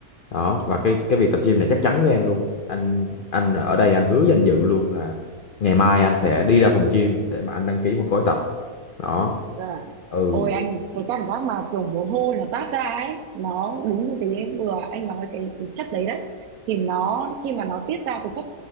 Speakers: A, on the left; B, on the right.
A: đó
B: đúng
A: và cái
B: rồi
A: cái việc tập gym này chắc chắn với em luôn anh anh ở đây anh hứa danh dự luôn là ngày mai anh sẽ đi ra phòng gym để mà anh đăng ký một gói tập đó
B: Dạ.
A: ừ
B: Ôi anh cái cảm giác mà kiểu mồ hôi nó toát ra ấy nó đúng như cái vừa anh nói cái cái chất đấy đấy thì nó khi mà nó tiết ra cái chất